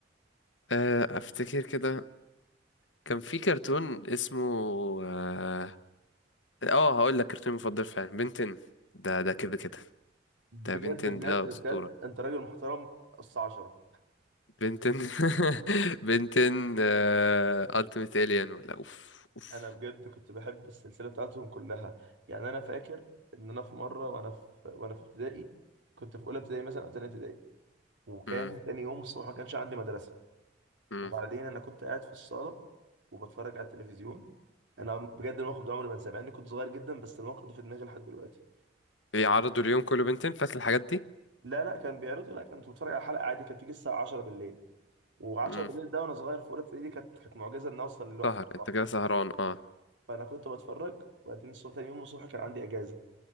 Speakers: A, on the left; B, on the right.
A: آه، افتكر كده كان في كرتون اسمه اه آه هقول لك كرتون مفضل فعلا بنتن ده ده كده كده
B: بجد
A: ده بنتن
B: بجد
A: ده
B: بجد
A: أسطورة
B: انت راجل محترم قص عشرة
A: بنتن <laughs> بنتن التيميت الين ولا اوف اوف
B: انا بجد كنت بحب السلسله بتاعتهم كلها يعني انا فاكر ان انا في مره وانا في وانا في ابتدائي كنت في اولى ابتدائي مثلا او ثانيه ابتدائي وكان
A: مم،
B: تاني يوم الصبح ما كانش عندي مدرسة
A: مم.
B: وبعدين أنا كنت قاعد في الصالة وبتفرج على التلفزيون أنا بجد الموقف ده عمري ما انساه مع إني كنت صغير جدا بس الموقف ده في دماغي لحد دلوقتي
A: بيعرضوا اليوم كله بنتن فات الحاجات دي
B: لا لا كان بيعرضوا لا كنت بتفرج على حلقة عادي كانت بتيجي الساعة 10 بالليل و10
A: مم.
B: بالليل ده وأنا صغير في أولى ابتدائي دي كانت كانت معجزة إن أوصل للوقت
A: سهر
B: الصح
A: انت كده سهران اه
B: فأنا كنت بتفرج وبعدين الصبح تاني يوم الصبح كان عندي إجازة